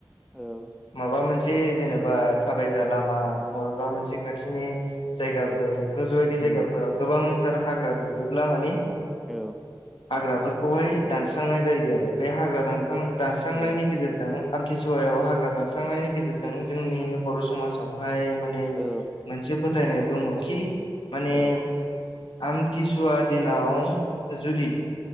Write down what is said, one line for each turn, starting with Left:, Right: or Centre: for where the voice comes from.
Centre: औ
Left: माबा मोनसे जेनेबा थाबायग्रा लामा मबेबा मोनसे खाथिनि जायगाफोर
Centre: औ
Left: बेफोरबायदि
Centre: औ
Left: जायगाफोराव गोबांथार हाग्रा दुयोब्ला मानि
Centre: औ
Left: हाग्राफोरखौहाय दानस्रांनाय जायो आरो बे हाग्रा दान दानस्रांनायनि
Centre: औ
Left: गेजेरजों आमथिसुवायाव हाग्रा दानस्रांनायनि गेजेरजों जोंनि बर' समाजावहाय माने
Centre: औ
Left: मोनसे फोथायनाय दङ कि माने
Centre: औ
Left: आमथिसुवा दिनाव जुदि